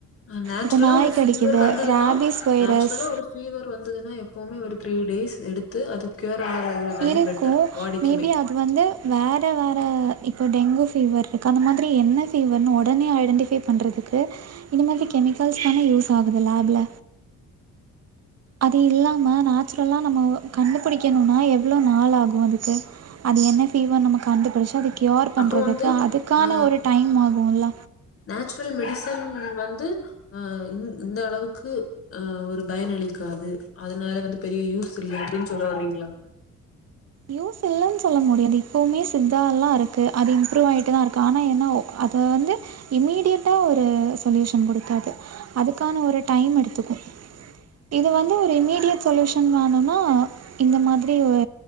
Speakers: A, on the left; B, on the right.
A: அ நேச்சுரலா
B: இப்போ நாய்
A: ஒரு ஃபீவர்
B: கடிக்குது
A: வந்ததுனா
B: ரேபீஸ் வைரஸ்
A: நேச்சுரலா ஒரு ஃபீவர் வந்ததுன்னா எப்பவுமே ஒரு த்ரீ டேஸ் எடுத் து அது கியூர் ஆகறதுதானே
B: இருக்கும்
A: பெட்டர் பாடிக்கிமே
B: மேபி அது வந்து வேற வேற இப்போ டெங்கு ஃபீவர் இருக்கு அந்த மாதிரி என்ன ஃபீவர் உடனே ஐடென்டிஃபை பண்றதுக்கு இந்த மாதிரி கெமிக்கல்ஸ் தானே யூஸ் ஆகுது லேப்ல அது இல்லாம நேச்சுரலா நம்ம கண்டுபுடிக்கணுனா எவ்ளோ நாள் ஆகு அதுக்கு அது என்ன ஃபீவர் நமக்கு கண்டுபிடிச்சு அது கியோர் பண்றதுக்கு
A: அப்போ வந்து
B: அதுக்கான
A: ஆ
B: ஒரு டைம் ஆகுல
A: நேச்சுரல் மெடிசின் வந்து அ இந் இந்த அளவுக்கு அ ஒரு பயனளிக்காது அதனால வந்து பெரிய யூஸ் இல்ல அப்டின் சொல்ல வறீங்ளா
B: யூஸ் இல்லன் சொல்ல முடியாது இப்போமே சித்தாலா இருக்கு அது இம்ப்ரூவ் ஆயிட்டு தா இருக்கு ஆனா என்ன அத வந்து இம்மீடியட்டா ஒரு சொல்யூஷன் குடுக்காது அதுக்கான ஒரு டைம் எடுத்துக்கு இது வந்து ஒரு இம்மீடியட் சொல்யூஷ் ஷன் வேணுனா இந்த மாதிரி ஒரு